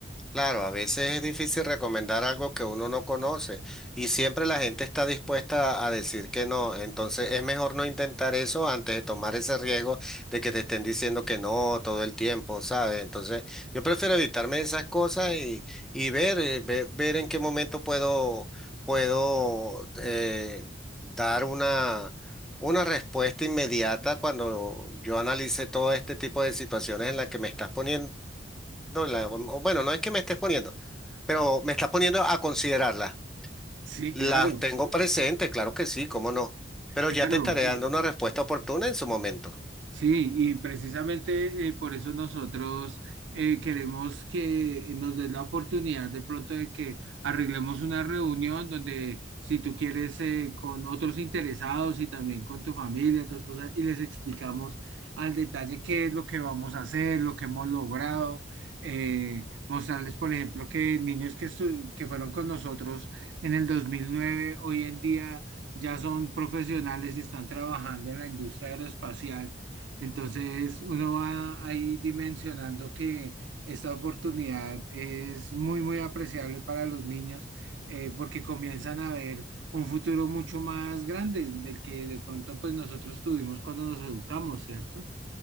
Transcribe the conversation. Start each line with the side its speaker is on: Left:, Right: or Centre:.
Centre: Claro, a veces es difícil recomendar algo que uno no conoce y siempre la gente está dispuesta a decir que no. Entonces es mejor no intentar eso antes de tomar ese riesgo de que te estén diciendo que no todo el tiempo, ¿sabes? Entonces yo prefiero evitarme esas cosas y, y ver, eh, ve- ver, en qué momento puedo, puedo eh, dar una, una respuesta inmediata cuando yo analice todo este tipo de situaciones en las que me estás poniendo. la- o bueno, no es que me estés poniendo. Pero me estás poniendo a considerarlas.
Right: Sí,
Centre: Las
Right: claro,
Centre: tengo presente, claro que sí, cómo no. Pero
Right: claro.
Centre: ya te estaré dando una respuesta oportuna en su momento.
Right: Sí, y precisamente eh, por eso nosotros eh, queremos que nos den la oportunidad de pronto de que arreglemos una reunión donde si tú quieres eh, con otros interesados y también con tu familia, tu esposa, y les explicamos al detalle qué es lo que vamos a hacer, lo que hemos logrado, eh, mostrarles, por ejemplo, que niños que, estu- que fueron con nosotros en el 2009 hoy en día ya son profesionales y están trabajando en la industria aeroespacial entonces uno va ahí dimensionando que esta oportunidad es muy, muy apreciable para los niños eh, porque comienzan a ver un futuro mucho más grande del que de pronto pues nosotros tuvimos cuando nos educamos, ¿cierto?